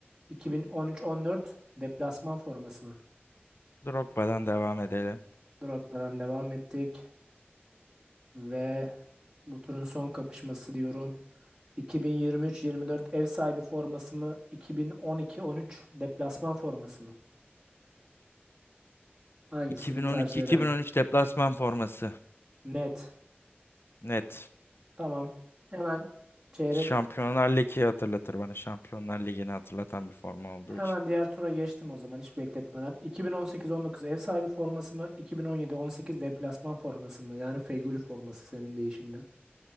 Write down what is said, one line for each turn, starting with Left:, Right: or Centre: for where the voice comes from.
Right: 2013-14 deplasman forması mı?
Left: Drogba'dan devam edelim.
Right: Drogba'dan devam ettik ve bu turun son kapışması diyorum. 2023-24 ev sahibi forması mı? 2012-13 deplasman forması mı? Hangisini
Left: 2012-2013
Right: tercih ederdin?
Left: deplasman forması.
Right: Net.
Left: Net.
Right: Tamam. Hemen çeyrek
Left: Şampiyonlar Ligi hatırlatır bana. Şampiyonlar Ligi'ni hatırlatan bir forma olduğu
Right: hemen
Left: için.
Right: diğer tura geçtim o zaman hiç bekletmeden. 2018-19 ev sahibi forması mı? 2017-18 deplasman forması mı? Yani Fegüli forması senin değişinle.